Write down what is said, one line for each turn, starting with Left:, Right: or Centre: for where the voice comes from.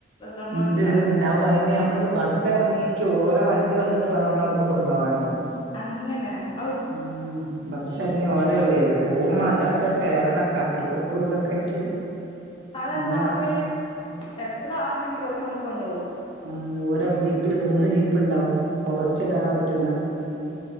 Left: നമ്മളെ
Right: ഉണ്ട് ഉണ്ടാവും അയിന് നമ്മള് ബസ് ഇറങ്ങീട്ട് ഓരോ വണ്ടി വന്നിട്ട വേണംമ്മള അവിന്ന് കൊണ്ടപ പോകവാൻ
Left: അങ്ങനെ ഔ
Right: ഉം ബസ്റിഞ്ഞഞ് ഓര ഏത് പോ മല ഒക്കെ കേയറണം കട്ട് റോഡും എന്തൊക്കെ ആയിട്ട്
Left: അതല്ല
Right: അമ്മ
Left: അപ്പൊ ഈ എത്ര ആൾുണ്ടെങ്കിൽ ജോലി വന്ന കൊണ്ടുപോകും
Right: ഉ ഓരോ ജീപ്പില് മൂന്ന് ജീപ്പ് ഉണ്ടാവും ഫോറസ്റ്റ് കയറാൻ പറ്റുന്ന